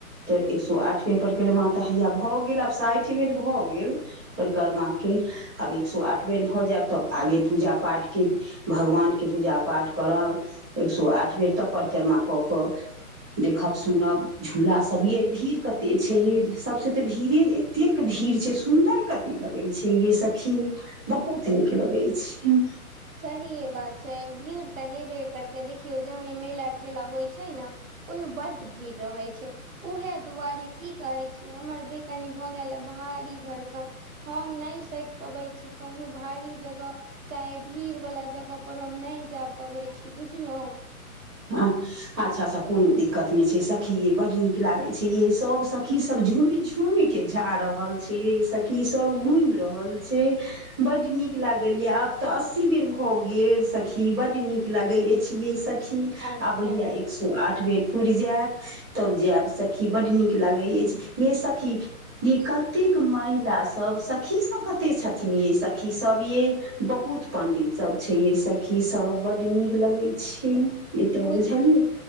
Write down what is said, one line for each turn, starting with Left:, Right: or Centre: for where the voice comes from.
Centre: तऽ एक सौ आठ बेर परीकरमा तऽ हैया भऽ गेल आब साठि बेर भऽ गेल परिक्रमा केँ आब एक सौ आठ बेर भऽ जायब तब आगे पूजा पाठ केँ भगवान केँ पूजा पाठ करब एक सए आठ बेर तब परिक्रमा कऽ क कऽ देखब सुनब झूला सब ये भीड़ कते छैे यै सबसँ तऽ भीड़े एतेक भीड़ छै सुदर कति लगै छै ये सखी बहुत नीक लगै छै
Right: सहिए बात छै भीड़ तऽ हेबे करतै देखियौ जहने मेला ठेला होइ छै नऽ ओहिमे बड्ड भीड़ रहै छै उहै दुआरे की कहै छी हमर देह कनि भऽ गैल भारी भरकम हम नै सैक पबै छी कहूँ भारी जगह चाहे भीड़ बला जगह पर हम नैय जा पबै छी बुझलहुँ
Centre: हँ अच्छा अच्छा कोनो दिक्कत नहि छै सखीे यै बड नीक लागे छै ये सब सखी सब झुमि झुम तुई केँ जा रहल छै यै सखि सब घूइम रहल छै बड्ड नीक लागल यए आब तऽ अस्सी बेर भऽ गेल सखी बड नीक लागैत अछि यै सखी आब
Right: अच्छा
Centre: हया एक सै आठ बेर पुर जायत तब जायब सखी बड्ड नीक लागै अछि ये सखी ये कतेक महिला सब सखी सब कते छथिन ये सखी सब यै बहुत पंडित सब छै यै सखी सब बड नीक लगै छै ई तऽ
Right: बुझ
Centre: बुझलियै